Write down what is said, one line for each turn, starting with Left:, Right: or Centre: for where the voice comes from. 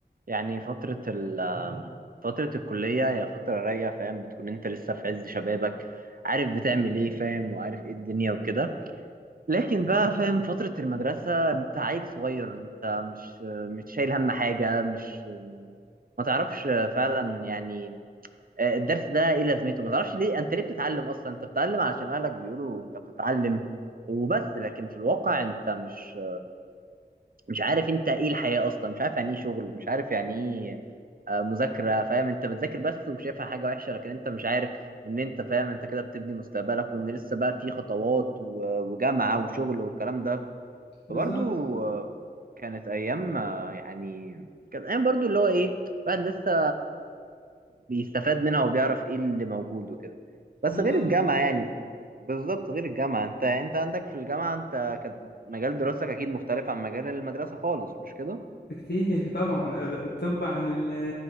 Right: يعني فتره ال فتره الكليه هي فتره رايقه فاهم بتكون انت لسه في عز شبابك عارف بتعمل ايه فاهم وعارف ايه الدنيا وكده لكن بقى فاهم فترة المدرسة انت عيل صغير انت مش مش شايل هم حاجة مش ما تعرفش فعلا يعني آه، الدرس ده ايه لازمته ما تعرفش ليه انت ليه بتتعلم اصلا انت بتتعلم علشان اهلك بيقولوا انت بتتعلم وبس لكن في الواقع انت مش مش عارف انت ايه الحياة اصلا مش عارف يعني ايه شغل مش عارف يعني ايه آه، مذاكرة فاهم انت بتذاكر بس وشايفها حاجة وحشة لكن انت مش عارف ان انت فاهم انت كده بتبني مستقبلك وان لسه بقى في خطوات و- وجامعة وشغل والكلام ده
Left: بالظبط
Right: فبرضو آه، كانت ايام آه، يعني كانت ايام برضو اللي هو ايه الواحد لسه بيستفاد منها وبيعرف ايه اللي موجود وكده بس
Left: بالظبط
Right: غير الجامعة يعني بالظبط غير الجامعة انت انت عندك في الجامعة انت كانت مجال دراستك اكيد مختلف عن مجال المدرسة خالص مش كده
Left: بكتير <laughs> طبعا الطب عن ال